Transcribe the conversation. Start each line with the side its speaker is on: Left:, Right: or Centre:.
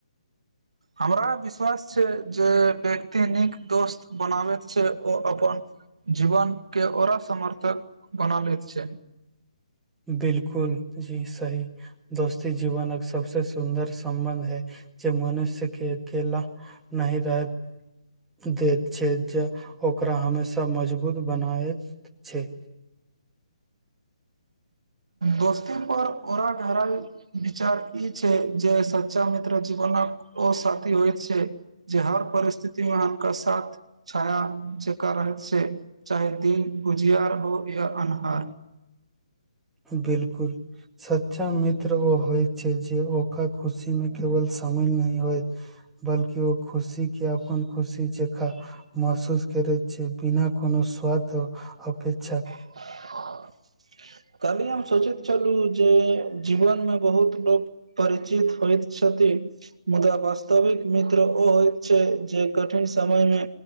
Right: हमरा विश्वास छै जे व्यक्ति नीक दोस्त बनाबैत छै ओ अपन जीवन के ओरा समर्थक बना लैत छै
Centre: बिलकुल जी सही दोस्ती जीवनक सबसे सुन्दर सम्बन्ध है जे मनुष्य के अकेेला नहि रहेत देत छै जे ओकरा हमेशा मजबूत बनायत छै
Right: दोस्ती पर ओरा घरण विचार ई छै जे सच्चा मित्र जीवनक ओ साथी होइ छै जे हर परिस्थिति मे हुनका साथ छाया जेक रहैत से चाहे दिन उजियार हो या अन्हार
Centre: बिलकुल सच्चा मित्र ओ होय छै जे ओकर खुशी मे केवल शामिल नहि होइत बल्कि ओ खुशी के अपन खुशी जेका महसूस करैत छै बिना कोनो स्वाद अपेक्षा के
Right: <inaudible> काल्ही हम सोचैत छलहुँ जे जीवनमे बहुत लोक परिचित होइत छथिन मुदा वास्तविक मित्र ओ होइत छै जे कठिन समय मे